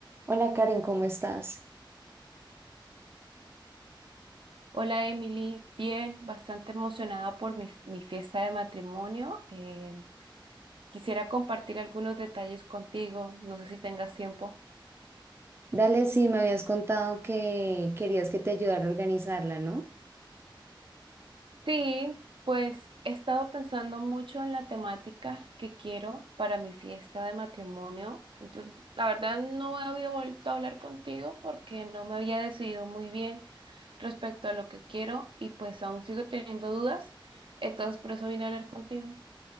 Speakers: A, on the right (about 30°); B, on the right (about 80°).
A: Hola Karen, ¿cómo estás?
B: Hola Emily, bien, bastante emocionada por mi, mi fiesta de matrimonio. Eh, quisiera compartir algunos detalles contigo, no sé si tengas tiempo.
A: Dale, sí, me habías contado que querías que te ayudara a organizarla, ¿no?
B: Sí, pues he estado pensando mucho en la temática que quiero para mi fiesta de matrimonio. Entonces, la verdad no había vuelto a hablar contigo porque no me había decidido muy bien respecto a lo que quiero y pues aún sigo teniendo dudas. Entonces por eso vine a hablar contigo.